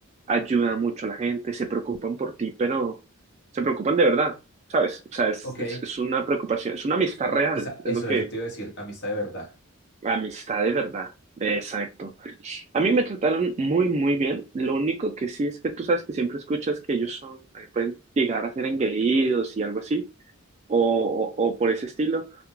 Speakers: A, on the right; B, on the left.
A: Ayudan mucho a la gente, se preocupan por ti, pero se preocupan de verdad, ¿sabes? O sea, es,
B: ok.
A: es es una preocupación, es una amistad real,
B: Esa-
A: es
B: eso,
A: lo que...
B: eso te iba a decir, amistad de verdad.
A: Amistad de verdad, exacto. A mí me trataron muy, muy bien. Lo único que sí es que tú sabes que siempre escuchas que ellos son, eh, pueden llegar a ser engreídos y algo así, o, o, o por ese estilo.